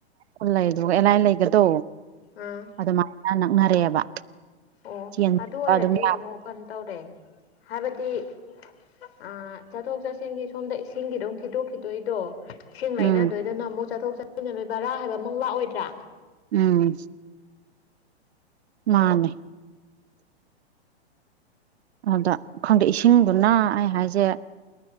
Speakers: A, on the right (about 70°); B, on the left (about 65°).
A: ꯎ ꯂꯩꯗꯨꯒ ꯏꯂꯥꯏ ꯂꯩꯒꯗꯣ
B: ꯑꯥ
A: ꯑꯗꯨꯃꯥꯏꯅ ꯅꯛꯅꯔꯦꯕ
B: ꯑꯣ
A: ꯆꯦꯟꯕ
B: ꯑꯗꯨ ꯑꯣꯏꯔꯗꯤ
A: ꯑꯗꯨꯝ ꯌꯥꯕ
B: ꯑꯃꯨꯛ ꯀꯩꯅꯣ ꯇꯧꯔꯦ ꯍꯥꯏꯕꯗꯤ ꯏ ꯑ ꯆꯠꯊꯣꯛ ꯆꯠꯁꯤꯟꯒꯤ ꯁꯣꯝꯗ ꯏꯁꯤꯡꯒꯤ ꯑꯗꯨꯣꯝ ꯊꯤꯗꯣꯛ ꯈꯤꯗꯣꯛꯏꯗꯣ ꯏꯁꯤꯡ ꯂꯩꯅꯗꯣꯏꯗꯅ
A: ꯎꯝ
B: ꯑꯃꯨꯛ ꯆꯠꯊꯣꯛ ꯆꯠꯁꯤꯟꯗ ꯅꯣꯏ ꯕꯔꯥ ꯍꯥꯏꯕ ꯑꯃꯨꯛ ꯂꯥꯛꯑꯣꯏꯗ꯭ꯔꯥ
A: ꯎꯝ ꯃꯥꯅꯦ ꯑꯗ ꯈꯪꯗꯦ ꯏꯁꯤꯡꯗꯨꯅ ꯑꯩ ꯍꯥꯏꯁꯦ